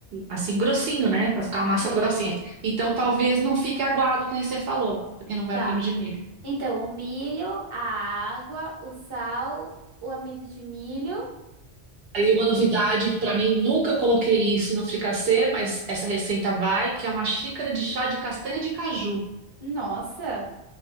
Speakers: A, on the right; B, on the right.
A: assim grossinho, né? Para ficar a massa
B: Sim.
A: grossinha. Então talvez
B: Sim.
A: não fique aguado, que nem você falou, porque não vai
B: Tá.
A: o creme de milho.
B: Então, o milho, a água, o sal, o amido de milho.
A: Aí uma novidade que para mim nunca coloquei isso no fricassê, mas essa receita vai, que é uma xícara de chá de castanha de caju.
B: Nossa.